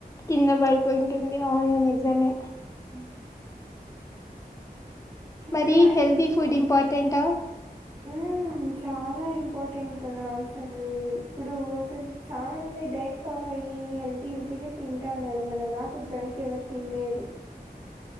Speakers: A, on the left; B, on the right.
A: కింద పడిపోంటుంది అవును నిజమే
B: ఉ ఇంకా
A: మరి హెల్దీ ఫుడ్ ఇంపార్టెంటా
B: ఊ ఉ చాలా ఇంపార్టెంట్ కదా అసలు ఇప్పుడు అసలు చాలా మంది డైట్ ఫాలో అయ్యి హెల్తీ హెల్తీ వి తింటా అన్నారు మన లాగా జంక్ ఎవరు తినలేదు